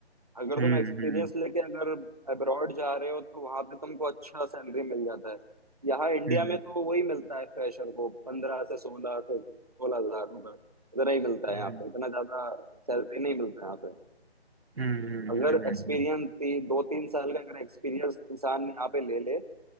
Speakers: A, on the right (about 35°); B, on the right (about 65°).
A: अगर
B: हम्म
A: तुम एक्सपीरियंस
B: हम्म
A: लेके अगर अब्रॉड जा रहे हो तो वहां पे तुमको अच्छा सैलरी मिल जाता है यहाँ इंडिया
B: हम्म
A: में तो वही मिलता है फ्रेशर को पंद्रह से सोलह से सोलह हजार रुपए इतना ही मिलता
B: हम्म
A: है यहाँ पे इतना ज्यादा सैलरी नहीं मिलता है यहाँ पे
B: हम्म हम्म
A: अगर
B: हम्म हम्म,
A: एक्सपीरियंस
B: हम्म।
A: दो तीन साल का अगर एक्सपीरियंस इंसान यहाँ पे ले ले